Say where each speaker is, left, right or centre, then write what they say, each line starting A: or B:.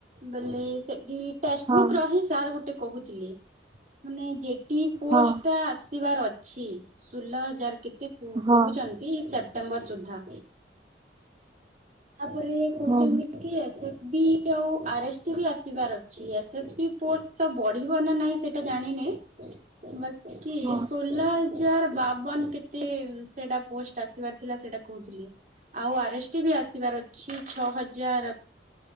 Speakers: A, on the right (about 40°); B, on the right (about 25°).
A: ବଲେ ସେଠି ଟେସ୍
B: ହଁ
A: ବୁକ୍ ର ହିସ୍ ସାର୍ ଗୋଟେ କହୁଥିଲି ମାନେ ଯେଟି ପୋଷ୍ଟ
B: ହଁ
A: ଟା ଆସିବାର ଅଛି। ସୁଲ ହଜାର କେତେ
B: ହଁ
A: କହୁଚନ୍ତି ସେପ୍ଟେମ୍ବର ସୁଦ୍ଧା। ତାପରେ କହୁଛନ୍ତି
B: ହୁଁ
A: କି ଏସ୍ ଏସ୍ ବି ଆଉ ଆର୍ ଏସ୍ ଟି ବି ଆସିବାର ଅଛି ଏସ୍ ଏସ୍ ବି ପଷ୍ଟ ଟା ବଢିବ ନା ନାଇଁ ସେଇଟା ଜାଣିନି ବାକି
B: ହଁ
A: ଶୁହଲ ହଜାର ବାବନ କେତେ ସେଟା ପୋଷ୍ଟ ଆସିବାର ଥିଲା ସେଟା କହୁଥିଲି। ଆଉ ଆର ଏସ୍ ଟି ବି ଆସିବାର ଅଛି ଛଅ ହଜାର